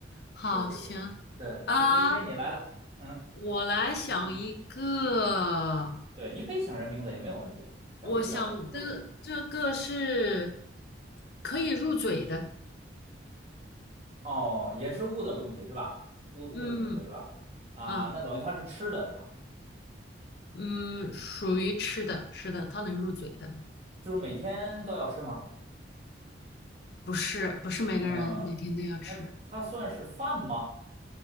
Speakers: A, on the left (about 55°); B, on the right (about 35°).
A: 好，
B: 对对对对，
A: 行，啊，
B: 可以可以可以，你来了，嗯
A: 我来想一个，
B: 嗯，对，你可以想人名字也没有问题，想物想名字都可以。
A: 我想的这个是可以入嘴的，
B: 哦，也是物的东西是吧？物物的名字是吧？
A: 嗯，
B: 啊，
A: 啊，
B: 那等于它是吃的是吧？
A: 嗯，属于吃的，是的，它能入嘴的，
B: 就是每天都要吃吗？
A: 不是，不是每个人每天都要吃，
B: 嗯，那它算是饭吗？